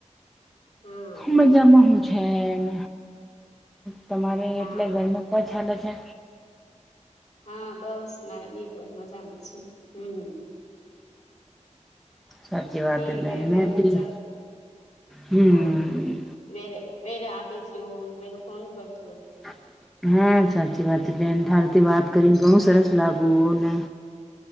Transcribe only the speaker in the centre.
મજામાં હું છે ન. તમારે
એટલે ઘરમાં કો ચાલે છે.
સાચી વાત
મેં
બી
હમ
હા, સાચી વાત છે. બેન થારથી વાત કરીને ઘણુ લાગુઓને.